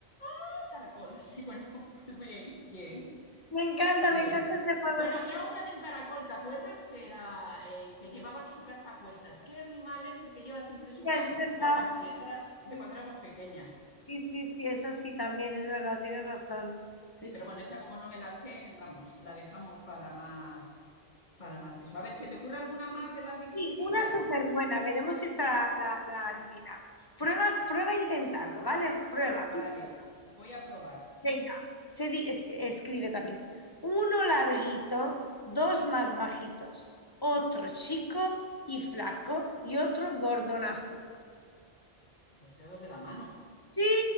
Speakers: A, on the left; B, on the left.
A: Ah, Caracol. Sí, bueno, <laughs> pues bien, bien,
B: Me encanta,
A: bien.
B: me encanta este juego.
A: Bueno, había otra de un caracol, ¿te acuerdas? Que era eh, que llevaba su casa a cuestas. ¿Qué animal es el que lleva siempre su
B: Sofía,
A: casa?
B: Es verdad.
A: O algo así. Esa era de
B: Sí,
A: cuando éramos pequeñas.
B: sí, sí, sí, es así también, es verdad, tienes razón. Sí,
A: Sí, pero
B: sí.
A: bueno, esa como no me la sé, vamos, la dejamos para más, para más eso. A ver, ¿se te ocurre alguna más de las dificilillas?
B: Sí, una súper buena, veremos si esta la, la adivinas. Prueba, prueba a intentarlo, ¿vale? Prueba,
A: Vale,
B: tú prueba.
A: voy a probar.
B: Venga, se di- es- escribe también. Uno larguito, dos más bajitos, otro chico y flaco y otro gordonazo.
A: Los dedos de la mano.
B: Sí,